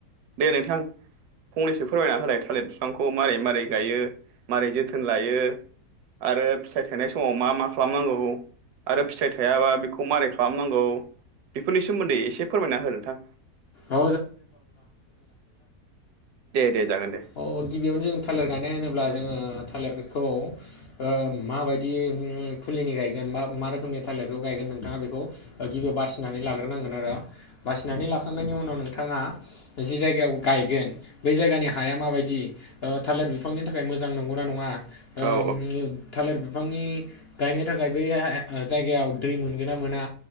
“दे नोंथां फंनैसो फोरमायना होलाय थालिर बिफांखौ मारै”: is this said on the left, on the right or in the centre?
Right